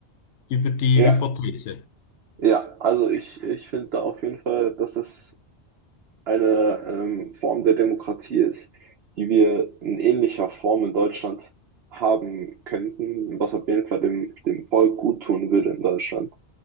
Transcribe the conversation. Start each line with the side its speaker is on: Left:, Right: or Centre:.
Left: über die
Right: Ja,
Left: Hypothese?
Right: ja, also ich, ich finde da auf jeden Fall, dass es eine ähm, Form der Demokratie ist, die wir in ähnlicher Form in Deutschland haben könnten, was auf jeden Fall dem, dem Volk gut tun würde in Deutschland,